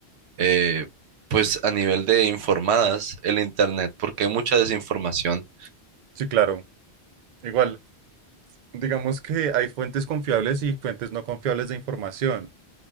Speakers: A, on the right; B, on the right.
A: eh, pues a nivel de informadas, el internet? Porque hay mucha desinformación.
B: sí, claro. Igual. Digamos que hay fuentes confiables y fuentes no confiables de información.